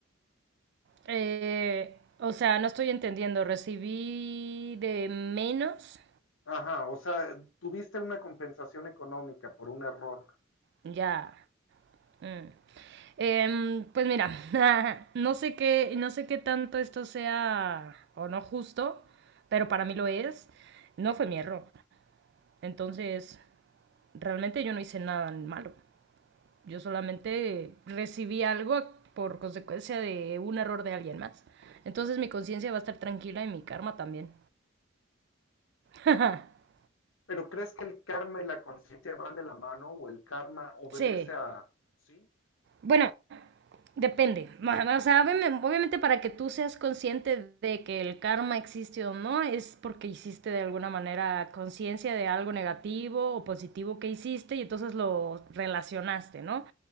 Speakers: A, on the right; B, on the left.
A: Eh, o sea, no estoy entendiendo. Recibí de menos.
B: Ajá, o sea, tuviste una compensación económica por un error.
A: Ya. Mm. Em, pues mira, <laughs> no sé qué, no sé qué tanto esto sea o no justo, pero para mí lo es. No fue mi error. Entonces, realmente yo no hice nada malo. Yo solamente recibí algo por consecuencia de un error de alguien más. Entonces mi conciencia va a estar tranquila y mi karma también. <laughs>
B: Pero ¿crees que el karma y la conciencia van de la mano o el karma obedece
A: Sí.
B: a... Sí,
A: Bueno, Depende. O sea, obvi- obviamente para que tú seas consciente de que el karma existe o no, es porque hiciste de alguna manera conciencia de algo negativo o positivo que hiciste y entonces lo relacionaste, ¿no?